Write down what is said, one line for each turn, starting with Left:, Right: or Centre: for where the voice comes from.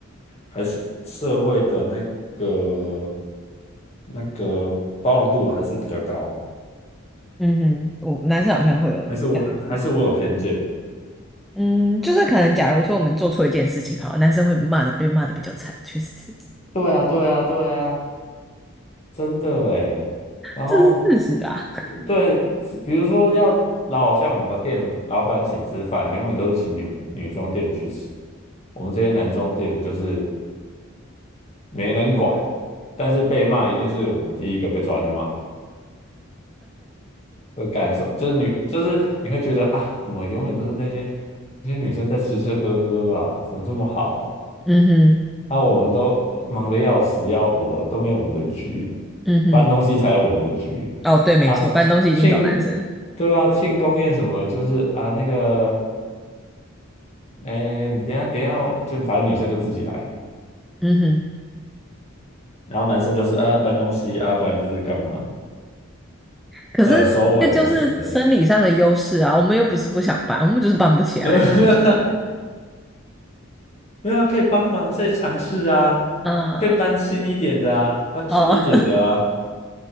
Left: 还是社会的那个那个包容度还是比较高，
Centre: 嗯哼，我男生好像会有这样子。
Left: 还是我还还是我有偏见。
Centre: 嗯，就是可能，假如说我们做错一件事情，好了男生会骂的，被骂的比较惨，确实是，
Left: 对啊，对啊，对啊。真的诶，然后
Centre: 这是事实啦。
Left: 呃对，比如说要老像我们的店老板请吃饭，永远都是请女女装店的去吃，我们这些男装店的就是没人管，但是被骂一定是我们第一个被抓去骂的感受，就是女就是你会觉得啊，怎么永远都是那些那些女生在吃吃喝喝啊，怎么这么好啊？
Centre: 嗯哼，
Left: 那、我们都忙得要死要活，都没有我们的局，
Centre: 嗯哼，
Left: 搬东西才有我们的局
Centre: 哦，对，没错，
Left: 啊。
Centre: 搬东西一定找男生。
Left: 庆，对啊，庆功宴什么就是啊那个，哎、你等一下等一下哦，就反正女生就自己来，
Centre: 嗯哼，
Left: 然后男生就是啊搬东西啊，不然就是干嘛
Centre: 可是这就是生理上的优势啊，
Left: 呃收尾什么的。
Centre: 我们又不是不想搬，我们就是搬不起来。
Left: <laughs> 没有啊，可以帮忙，可以尝试啊，
Centre: 啊、
Left: 可以搬轻一点的啊，搬轻一点的啊，
Centre: 哦，